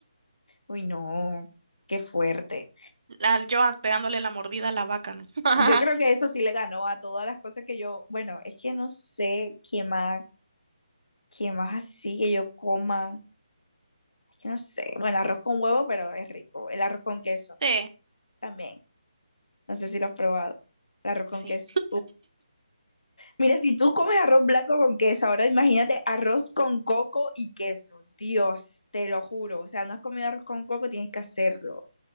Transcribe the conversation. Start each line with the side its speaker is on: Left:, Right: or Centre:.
Left: Uy, no, qué fuerte.
Right: La- yo a- pegándole la mordida a la vaca, ¿no? <laughs>
Left: Yo creo que eso sí le ganó a todas las cosas que yo, bueno, es que no sé qué más, qué más así que yo coma. Es que no sé. Bueno, arroz con huevo, pero es rico. El arroz con queso.
Right: Sí,
Left: también. No sé si lo has probado. El arroz con
Right: sí.
Left: queso. Mira, si tú comes arroz blanco con queso, ahora imagínate arroz con coco y queso. Dios, te lo juro. O sea, no has comido arroz con coco, tienes que hacerlo.